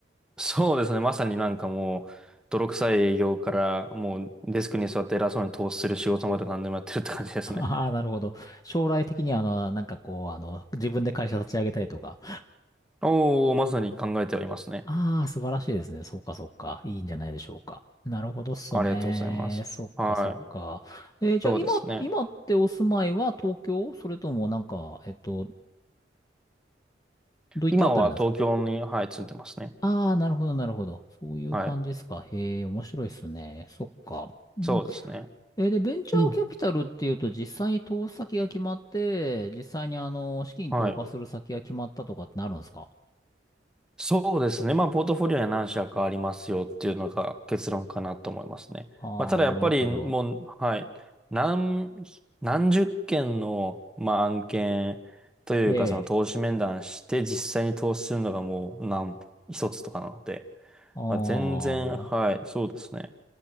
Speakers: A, in the centre; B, on the left.
A: そうですね、まさになんかもう、泥臭い営業から、もう、デスクに座って偉そうに投資する仕事まで何でもやってるって感じですね。
B: <laughs> ああ、なるほど。将来的には、あの、なんかこう、あの、自分で会社立ち上げたりとか。
A: おー、まさに考えておりますね。
B: ああ、素晴らしいですね。そうか、そうか。いいんじゃないでしょうか。なるほどっすね。
A: ありがとうございます。
B: そっか、
A: はい。
B: そっか。えーじゃあ今、
A: そうですね。
B: 今ってお住まいは東京それともなんか、えっと、どういったあたりなんですか
A: 今は東京に、はい、住んでますね。
B: ああー、なるほど、なるほど。そういう感じですか。
A: はい。
B: へえ、面白いっすね。そっか。うん
A: そうですね。
B: えーで、ベンチャーキャピタルっていうと、
A: うん。
B: 実際に投資先が決まって、実際にあの、資金投下する先が決まったとかってなるんですか
A: はい。そうですね。まあ、ポートフォリオには何社かありますよっていうのが結論かなと思いますね。
B: ああー、
A: まあ、ただやっぱりもう、
B: なるほど。
A: はい。何、何十件の、まあ、案件というか、
B: ええ。
A: その投資面談して実際に投資するのがもう何、一つとかなので、
B: ああ。
A: まあ、全然、はい。そうですね。